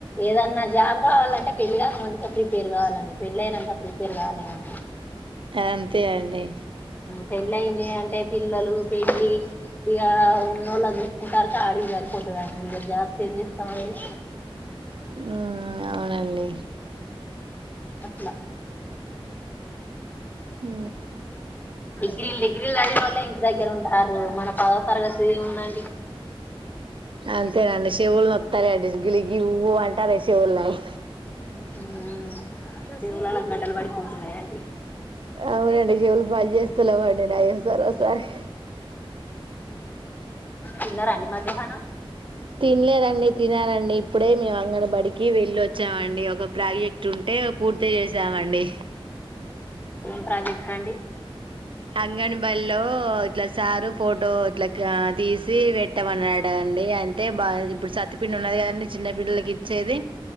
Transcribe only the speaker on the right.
అంతే అండి
ఉమ్ అవునండి
ఉ
అంతేనండి శివుల్ నత్తునయండీ గిలుగి ఊ అంటున్నాయి చెవులు నాయి
అవునండి చెవులు పని చేస్తలేవండి నాయి ఓసారి ఓసారి
తినలేదండి తినాలండి ఇప్పుడే మేము అంగన బడికి వెళ్లొచ్చామండి ఒక ప్రాజెక్ట్ ఉంటే పూర్తి చేసామండి
అంగనమ్ బడీలో ఇట్లా సారు ఫోటో ఇట్లా ఆ తీసి పెట్టమన్నాడండి ఆ అయితే బా ఇప్పుడు సత్తిపిండి ఉన్నది కదండి చిన్న బిడ్డలకి ఇచ్చేది